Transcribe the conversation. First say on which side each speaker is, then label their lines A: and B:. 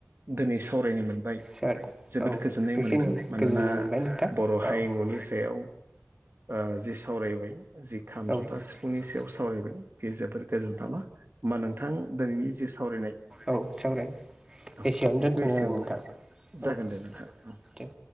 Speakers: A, on the right; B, on the right.
A: दिनै सावरायनो मोनबाय
B: सोर
A: जोबोद
B: औ
A: गोजोननाय
B: बेखिनियावनो
A: मोनदों मानोना
B: गोजोननाय मोनबाय नोंथां
A: बर' हारिमुनि
B: औ
A: सायाव ओ जि सावरायबाय जि खाम
B: औ
A: ज'था सिफुं सिफुंनि सायाव सावरायबाय बेयो जोबोर गोजोनथावना होमबा नोंथां दिनैनि जि सावरायनाय
B: औ सावरायनो
A: औ
B: एसेयावनो
A: बेखौ
B: दोनथ'नाय
A: एसेआवनो
B: जाबाय नोंथां
A: जागोन
B: औ
A: दे नोंथां औ
B: दे